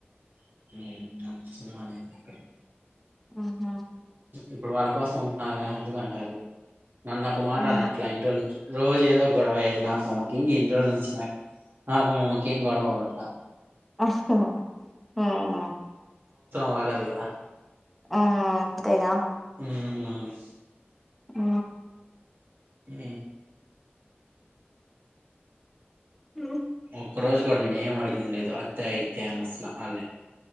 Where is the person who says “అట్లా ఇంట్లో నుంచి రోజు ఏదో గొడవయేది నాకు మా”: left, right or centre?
Right